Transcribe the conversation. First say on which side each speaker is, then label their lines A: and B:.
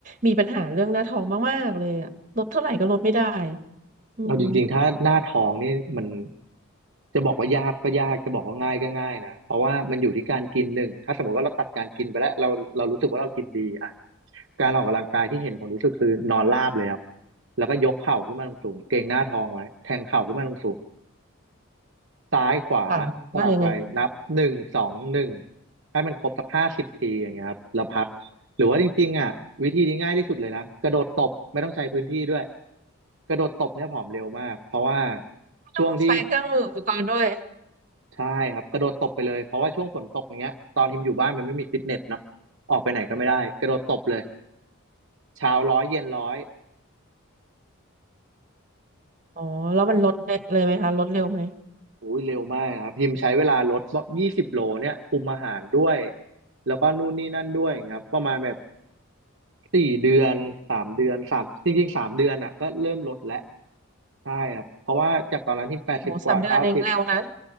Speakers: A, on the right; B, on the right.
A: มีปัญหาเรื่องหน้าท้องมากๆเลยอ่ะลดเท่าไหร่ก็ลดไม่ได้อืม
B: เอาจริงๆถ้าหน้าท้องนี่มันจะบอกว่ายากก็ยากจะบอกว่าง่ายก็ง่ายนะเพราะว่ามันอยู่ที่การกินหนึ่งถ้าสมมติว่าเราตัดการกินไปแล้วเราเรารู้สึกว่าเรากินดีอ่ะ การออกกำลังกายที่เห็นผลที่สุดคือนอนราบเลยครับ แล้วก็ยกเข่าขึ้นมาลงสูงเกร็งหน้าท้องไว้แทงเข่าขึ้นมาลงสูงซ้ายขวาสลับไปนับหนึ่งสองหนึ่ง
A: ค่ะว่ายังไง
B: ให้มันครบสักห้าสิบทีอย่างเงี้ยครับแล้วพักหรือว่าจริงๆอ่ะวิธีนี้ง่ายที่สุดเลยนะกระโดดตบไม่ต้องใช้พื้นที่ด้วยกระโดดตบเนี่ยผอมเร็วมากเพราะว่า
A: ไม่ต้องใช้เครื่องมืออุปกรณ์ด้วย
B: ช่วงที่ใช่ครับกระโดดตบไปเลยเพราะว่าช่วงฝนตกอย่างเงี้ยตอนทิมอยู่บ้านมันไม่มีฟิตเนสเนาะออกไปไหนก็ไม่ได้กระโดดตบเลยเช้าร้อยเย็นร้อย
A: อ๋อแล้วมันลดเลยไหมคะลดเร็วไหม
B: อุ้ยเร็วมากนะครับพิมพ์ใช้เวลาลดยี่สิบโลเนี่ยคุมอาหารด้วยแล้วก็นู่นนี่นั่นด้วยอย่างเงี้ยครับประมาณแบบสี่เดือนสามเดือนสามจริงๆสามเดือนอ่ะก็เริ่มลดแล้วใช่ครับเพราะว่าจากตอนนั้นพิมแปดสิบกว่าเก้าสิบ
A: โหสามเดือนเองเร็วนะ